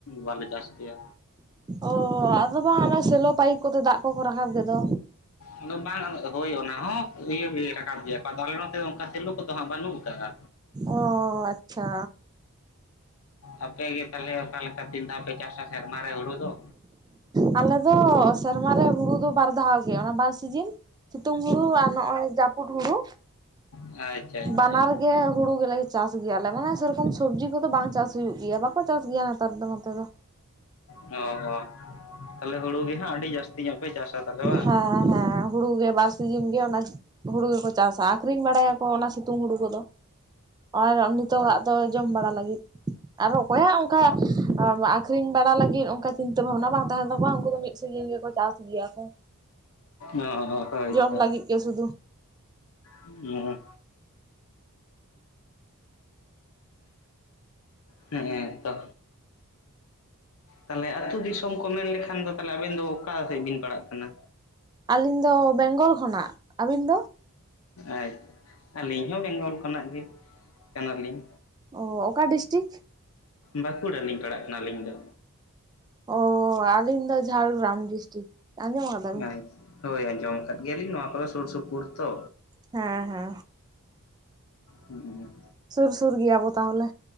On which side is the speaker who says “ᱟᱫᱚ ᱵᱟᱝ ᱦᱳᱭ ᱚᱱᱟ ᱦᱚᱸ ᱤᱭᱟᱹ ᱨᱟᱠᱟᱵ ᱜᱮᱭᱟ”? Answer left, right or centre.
Left